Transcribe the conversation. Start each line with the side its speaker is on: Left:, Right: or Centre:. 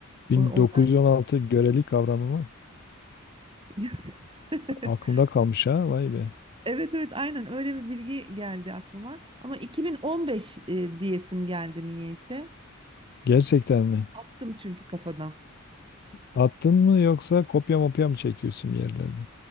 Left: 1916
Right: oradan
Left: göreli kavramı mı?
Right: <laughs>
Left: Aklında kalmış ha. Vay be.
Right: Evet evet aynen öyle bir bilgi geldi aklıma ama 2015 e, diyesim geldi niyeyse
Left: Gerçekten mi?
Right: attım çünkü kafadan
Left: Attın mı yoksa kopya mopya mı çekiyorsun bir yerlerde?